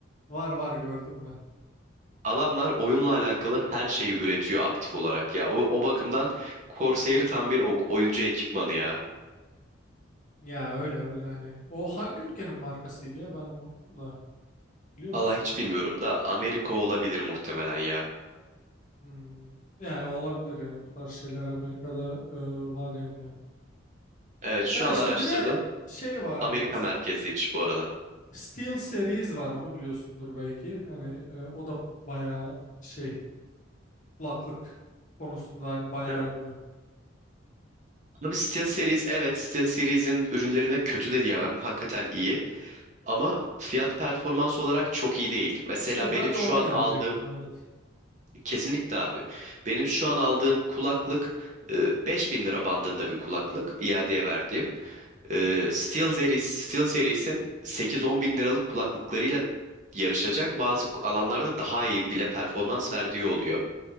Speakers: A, on the left; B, on the right.
A: Var var gördüm ben.
B: Adamlar oyunla alakalı her şeyi üretiyor aktif olarak ya. O, o bakımdan Corsair tam bir ok- oyuncu ekipmanı ya.
A: Ya öyle öyle hani. O hangi ülkenin markasıydı ya ben unuttum da. Biliyor
B: Allah
A: musun?
B: hiç bilmiyorum da Amerika olabilir muhtemelen ya.
A: Hmm. Ya olabilir yani bu tarz şeyler Amerika'da e, var yani.
B: Evet şu
A: Ya
B: an
A: işte
B: araştırdım.
A: bir de şey var hani
B: Amerika merkezliymiş bu arada.
A: Steel Series var onu biliyorsundur belki. Hani e, o da bayağı şey kulaklık konusunda hani bayağı
B: Ya,
A: ünlü.
B: Abi SteelSeries evet SteelSeries'in ürünlerine kötü de diyemem. Hakikaten iyi. Ama fiyat performans olarak çok iyi değil. Mesela
A: İşte
B: benim
A: ben de
B: şu
A: ona
B: an
A: gelecektim
B: aldığım
A: evet.
B: kesinlikle abi. Benim şu an aldığım kulaklık e, 5000 lira bandında bir kulaklık iadeye verdiğim. Ee, SteelSeries, SteelSeries'in 8-10 bin liralık kulaklıklarıyla yarışacak. Bazı alanlarda daha iyi bile performans verdiği oluyor.